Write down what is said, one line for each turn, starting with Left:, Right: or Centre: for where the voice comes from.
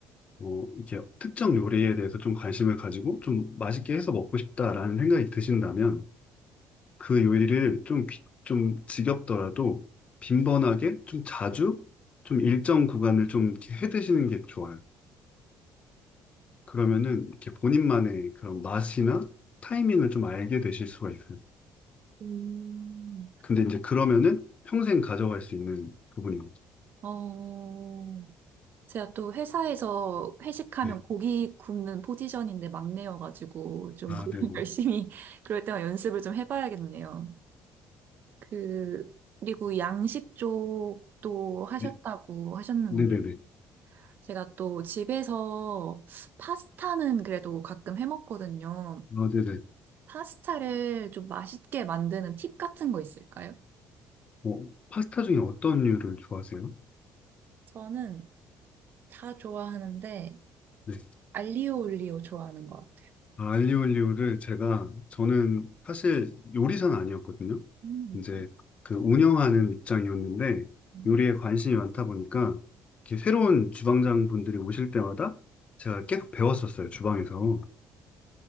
Left: 어, 이렇게 특정 요리에 대해서 좀 관심을 가지고 좀 맛있게 해서 먹고 싶다라는 생각이 드신다면 그 요리를 좀, 귀- 좀 지겹더라도 빈번하게 좀 자주 좀 일정 구간을 좀 이렇게 해 드시는 게 좋아요. 그러면은 이렇게 본인만의 그런 맛이나 타이밍을 좀 알게 되실 수가 있어요.
Right: 음.
Left: 근데 이제 그러면은 평생 가져갈 수 있는 부분인 거죠.
Right: 어, 제가 또 회사에서 회식하면
Left: 네.
Right: 고기 굽는 포지션인데 막내여가지고 좀
Left: 아,
Right: 그걸
Left: 네네.
Right: <laughs> 열심히 그럴 때만 연습을 좀 해봐야겠네요. 그, 그리고 양식 쪽도 하셨다고
Left: 네.
Right: 하셨는데
Left: 네네네.
Right: 제가 또 집에서 파스타는 그래도 가끔 해먹거든요.
Left: 아, 네네.
Right: 파스타를 좀 맛있게 만드는 팁 같은 거 있을까요?
Left: 어, 파스타 중에 어떤 류를 좋아하세요?
Right: 저는 다 좋아하는데
Left: 네.
Right: 알리오 올리오 좋아하는 것 같아요.
Left: 아, 알리올리오를 제가 저는 사실 요리사는 아니었거든요.
Right: 음.
Left: 이제 그 운영하는 입장이었는데
Right: 음,
Left: 요리에 관심이 많다 보니까 이렇게 새로운 주방장 분들이 오실 때마다 제가 계속 배웠었어요, 주방에서.